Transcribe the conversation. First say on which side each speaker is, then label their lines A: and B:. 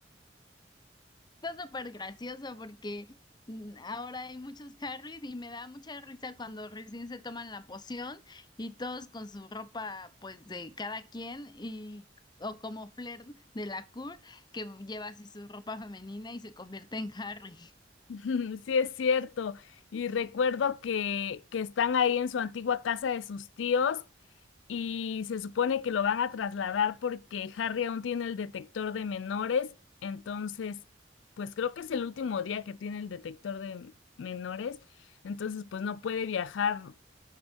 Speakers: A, on the left; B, on the left.
A: Está súper gracioso porque mm, ahora hay muchos Harrys y me da mucha risa cuando recién se toman la poción y todos con su ropa pues de cada quien y o como Flair de la Cour que lleva así su ropa femenina y se convierte en Harry.
B: <laughs> Sí, es cierto. Y recuerdo que, que están ahí en su antigua casa de sus tíos y se supone que lo van a trasladar porque Harry aún tiene el detector de menores. Entonces, pues creo que es el último día que tiene el detector de menores. Entonces, pues no puede viajar